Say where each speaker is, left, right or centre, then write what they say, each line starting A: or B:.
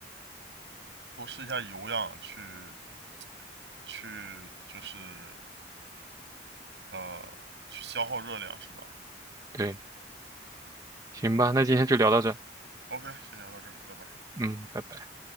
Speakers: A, on the right (about 75°); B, on the right (about 20°).
A: 多试一下有氧去去就是呃去消耗热量是吧
B: 对，行吧，那今天就聊到这儿
A: ？OK，先聊到这儿，拜拜。
B: 嗯，拜拜。